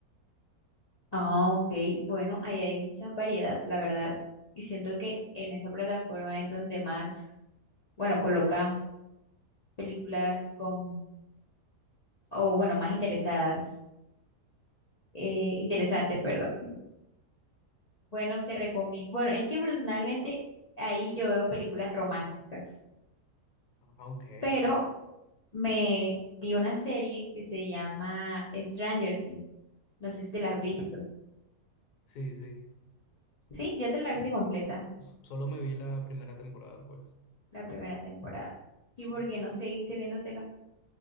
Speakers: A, on the left; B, on the left.
A: Ah, ok. Bueno, ahí hay mucha variedad, la verdad. Y siento que en esa plataforma es donde más, bueno, colocan películas con, o bueno, más interesadas, eh, interesantes, perdón. Bueno, te recomiendo. Bueno, es que personalmente ahí yo veo películas románticas,
B: Ah, ok.
A: pero me vi una serie que se llama Stranger Things. No sé si te la has visto.
B: Sí, sí.
A: Sí, ya te la viste completa,
B: S- Solo me vi la primera temporada, pues.
A: la primera temporada.
B: Sí.
A: ¿Y por qué no seguiste viéndotela?